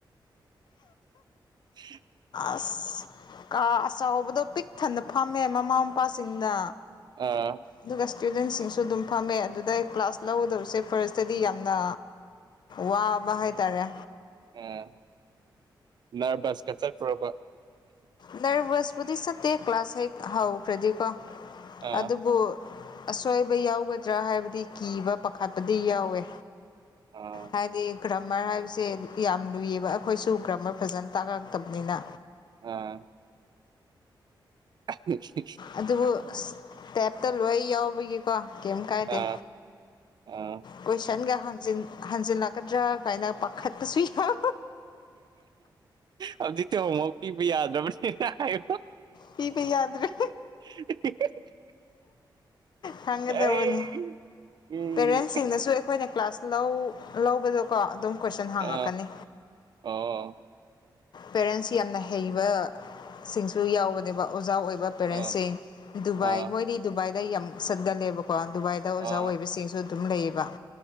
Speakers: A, on the right; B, on the left.
A: <inaudible>
B: ꯑꯁ ꯀꯥ ꯑꯆꯕꯗꯣ ꯄꯤꯛ ꯊꯟꯅ ꯐꯝꯃꯦ ꯃꯃꯥ ꯃꯄꯥꯁꯤꯡꯅ꯫
A: ꯑꯥ꯫
B: ꯑꯗꯨꯒ ꯏꯁꯇꯨꯗꯦꯟꯁꯤꯡꯁꯨ ꯑꯗꯨꯝ ꯐꯝꯃꯦ ꯑꯗꯨꯗ ꯑꯩ ꯀ꯭ꯂꯥꯁ ꯂꯧꯒꯗꯕꯁꯦ ꯐꯥꯔꯁꯇꯗꯤ ꯌꯥꯝꯅ꯫ ꯋꯥꯕ ꯍꯥꯢꯇꯥꯔꯦ꯫
A: ꯎꯝ ꯅꯔꯚꯁꯀ ꯆꯠꯄ꯭ꯔꯕ꯫
B: ꯅ꯭ꯔꯚꯁꯄꯨꯗꯤ ꯆꯠꯇꯦ ꯀ꯭ꯂꯥꯁ ꯍꯦꯛ ꯍꯧꯈ꯭ꯔꯗꯤꯀꯣ
A: ꯑꯥ
B: ꯑꯗꯨꯕꯨ ꯑꯁꯣꯏꯕ ꯌꯥꯎꯒꯗ꯭ꯔꯥ ꯍꯥꯏꯕꯗꯤ ꯀꯤꯕ ꯄꯥꯈꯠꯄꯗꯤ ꯌꯥꯎꯋꯦ
A: ꯑ
B: ꯍꯥꯏꯗꯤ ꯒ꯭ꯔꯝꯃ꯭ꯔ ꯍꯥꯏꯕꯁꯦ ꯌꯥꯝ ꯂꯨꯏꯌꯦꯕ ꯑꯩꯈꯣꯏꯁꯨ ꯒ꯭ꯔꯃ꯭ꯔ ꯐꯖꯅ ꯇꯥꯛꯂꯛꯇꯕꯅꯤꯅ
A: ꯑ ꯁ <unintelligible>
B: ꯑꯗꯨꯕꯨ ꯇꯦꯞꯇ ꯂꯣꯏ ꯌꯥꯎꯕꯒꯤ꯫ ꯀꯣ ꯀꯩꯝ ꯀꯥꯏꯗꯦ
A: ꯑꯥ ꯑꯥ
B: ꯀꯣꯏꯁꯟꯒ ꯍꯪꯖꯤꯟ꯫ ꯍꯟꯖꯤꯜꯂꯛꯀꯗ꯭ꯔꯥ ꯀꯥꯏꯅ ꯄꯥꯈꯠꯄꯁꯨ ꯌꯥꯎ꯫
A: ꯍꯧꯖꯤꯛꯇꯤꯍꯃꯥꯎ ꯄꯤꯕ ꯌꯥꯗ꯭ꯔꯕꯅꯤ꯫ ꯁꯤꯇ ꯍꯥꯏ
B: ꯄꯤꯕ ꯌꯥꯗ꯭ꯔꯦ
A: <unintelligible>
B: ꯈꯪꯒꯗꯧꯕꯅꯤ
A: ꯑꯩ ꯎꯝ
B: ꯄꯦꯔꯦꯟꯁꯁꯤꯡꯅꯁꯨ ꯑꯩꯈꯣꯏꯅ ꯀ꯭ꯂꯥꯁ꯫ ꯂꯧ ꯂꯧꯕꯗꯣꯀꯣ ꯑꯗꯨꯝ ꯀꯣꯏꯁꯟ ꯍꯥꯡꯉꯛꯀꯅꯤ꯫
A: ꯑꯥ ꯑꯣ꯫
B: ꯄꯦꯔꯦꯟꯁ ꯌꯥꯝꯅ ꯍꯩꯕ ꯁꯤꯡꯁꯨ ꯌꯥꯎꯕꯅꯦꯕ ꯑꯣꯖꯥ ꯑꯣꯏꯕ꯫ ꯄꯦꯔꯦꯟꯁꯁꯤꯡ
A: ꯑꯥ
B: ꯗꯨꯕꯥꯏ
A: ꯑꯥ
B: ꯃꯣꯏꯗꯤ ꯗꯨꯕꯥꯏꯗ ꯌꯥꯝ ꯁꯠꯒꯜꯂꯦꯕꯀꯣ ꯗꯨꯕꯥꯏꯗ ꯑꯣꯖꯥ
A: ꯑꯥ
B: ꯑꯣꯏꯕꯁꯤꯡꯁꯨ꯫ ꯑꯗꯨꯝ ꯂꯩꯌꯦꯕ